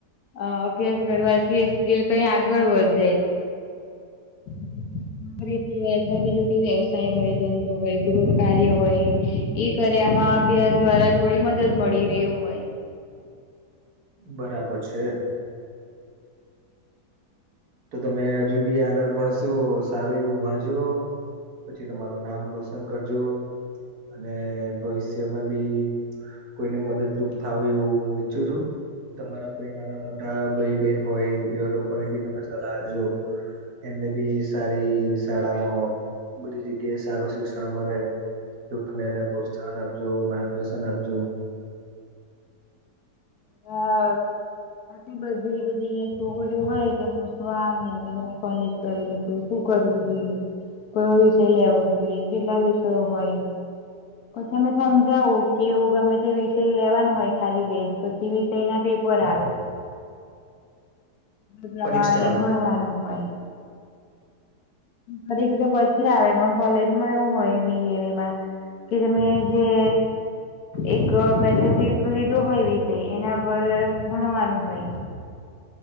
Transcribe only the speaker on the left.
અ અભ્યાસ કરવાથી એ સ્કીલ કઈ આગળ વધે <inaudible> નોકરી સવાય અથવા બીજો કઈ વ્યવસાય હોય ધંધો હોય ગૃહ કાર્ય હોય. એ કર્યામાં અભ્યાસ દ્વારા થોડી મદદ મળી રહ્યું હોય.
હા. <inaudible> બધી બધી અહીંયા છોગરીઓ હોય કે પૂછવા આવે કે તને કોલેજ કરી લીધું શું કરવું જોઈએ? કયો વિષય લેવો જોઈએ? કેટલા વિષયો હોય? પછી અમે સમજાવું કે એવું ગમે તે વિષય લેવાનો હોય ખાલી બેજ પછી વિષયના પેપર આવે. પ્રમાંણે
એ ભણવાનું હોય. પરીક્ષ તો પછી આવે પણ કોલેજમાં એવું હોય બી એમાં કે તમે જે એક પેસફિક લીધો હોય એના પર ભણવાનું હોય.